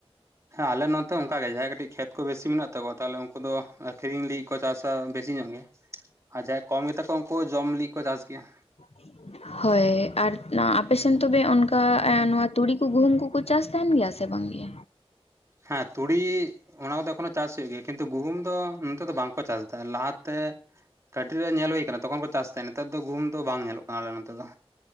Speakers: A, on the right; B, on the left.
A: ᱦᱮᱸ ᱟᱞᱮ ᱱᱚᱛᱮ ᱚᱱᱠᱟᱜ ᱜᱮ᱾ ᱡᱟᱦᱟᱸᱭ ᱠᱟᱹᱴᱤᱡ ᱠᱷᱮᱛ ᱠᱚ ᱵᱮᱥᱤ ᱢᱮᱱᱟᱜ ᱛᱟᱠᱚᱣᱟ ᱛᱟᱦᱚᱞᱮ ᱩᱱᱠᱩ ᱫᱚ ᱟᱹᱠᱷᱨᱤᱧ ᱞᱟᱹᱜᱤᱫ ᱠᱚ ᱪᱟᱥᱟ ᱵᱮᱥᱤ ᱧᱚᱜ ᱜᱮ᱾ ᱟᱨ ᱡᱟᱦᱟᱸᱭ ᱠᱚᱢ ᱜᱮᱛᱟ ᱠᱚ ᱩᱱᱠᱩ ᱡᱚᱢ ᱞᱟᱹᱜᱤᱫ ᱠᱚ ᱪᱟᱥ ᱜᱮᱭᱟ᱾
B: <inaudible> ᱦᱳᱭ ᱟᱨ ᱟᱯᱮᱥᱮᱱ ᱛᱚᱵᱮ ᱚᱱᱠᱟ ᱱᱚᱣᱟ ᱛᱩᱲᱤ ᱠᱚ ᱜᱩᱦᱩᱢ ᱠᱚᱠᱚ ᱪᱟᱥ ᱛᱟᱦᱮᱱ ᱜᱮᱭᱟ ᱥᱮ ᱵᱟᱝ ᱜᱮ?
A: ᱦᱮᱸ ᱛᱩᱲᱤ ᱚᱱᱟ ᱠᱚᱫᱚ ᱮᱠᱷᱚᱱᱚ ᱪᱟᱥ ᱦᱩᱭᱩᱜ ᱜᱮᱭᱟ᱾ ᱠᱤᱱᱛᱩ ᱜᱩᱦᱩᱢ ᱫᱚ ᱱᱚᱛᱮ ᱫᱚ ᱵᱟᱝᱠᱚ ᱪᱟᱥ ᱮᱫᱟ, ᱞᱟᱦᱟᱛᱮ ᱠᱟᱹᱴᱤᱡ ᱨᱮ ᱧᱮᱞ ᱦᱩᱭᱭᱟᱱᱟ ᱛᱚᱠᱷᱚᱱ ᱠᱚ ᱪᱟᱥ ᱛᱟᱦᱮᱸᱫ᱾ ᱱᱮᱛᱟᱨ ᱫᱚ ᱜᱩᱦᱩᱢ ᱫᱚ ᱵᱟᱝ ᱧᱮᱞᱚᱜ ᱠᱟᱱᱟ᱾ ᱟᱞᱮ ᱱᱚᱛᱮ ᱫᱚ᱾